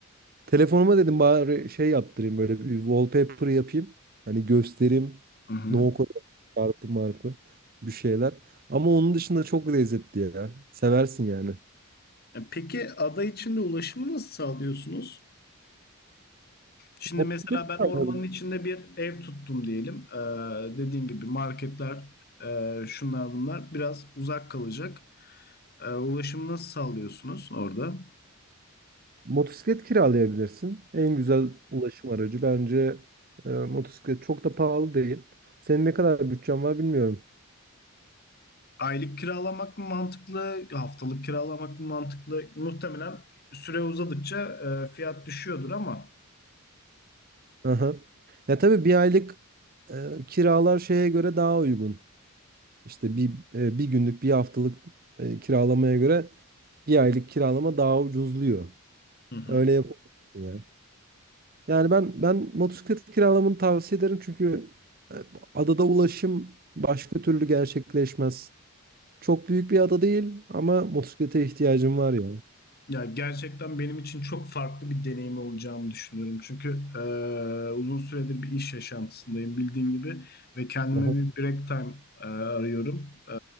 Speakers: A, on the right; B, on the left.
A: Telefonuma dedim bari şey yaptırayım böyle bir wallpaper yapayım. Hani göstereyim.
B: Hı hı.
A: No code çarpı marpı bir şeyler. Ama onun dışında çok lezzetli ya. Seversin yani.
B: E, Peki ada içinde ulaşımı nasıl sağlıyorsunuz? Şimdi
A: Motosiklet
B: mesela ben
A: kiralayalım.
B: ormanın içinde bir ev tuttum diyelim. Ee, dediğim gibi marketler, e, şunlar bunlar biraz uzak kalacak. Ee, ulaşımı nasıl sağlıyorsunuz orada?
A: Motosiklet kiralayabilirsin. En güzel ulaşım aracı bence e, motosiklet. Çok da pahalı değil. Senin ne kadar bütçen var bilmiyorum.
B: Aylık kiralamak mı mantıklı, haftalık kiralamak mı mantıklı? Muhtemelen süre uzadıkça e, fiyat düşüyordur ama
A: Aha. Ya tabii bir aylık e, kiralar şeye göre daha uygun. İşte bir e, bir günlük, bir haftalık e, kiralamaya göre bir aylık kiralama daha ucuzluyor.
B: Hı hı.
A: Öyle yap ya. Yani ben ben motosiklet kiralamanı tavsiye ederim çünkü e, adada ulaşım başka türlü gerçekleşmez. Çok büyük bir ada değil ama motosiklete ihtiyacım var ya.
B: Ya gerçekten benim için çok farklı bir deneyim olacağını düşünüyorum. Çünkü e, uzun süredir bir iş yaşantısındayım bildiğin gibi ve kendime
A: Aha.
B: bir break time e, arıyorum. E,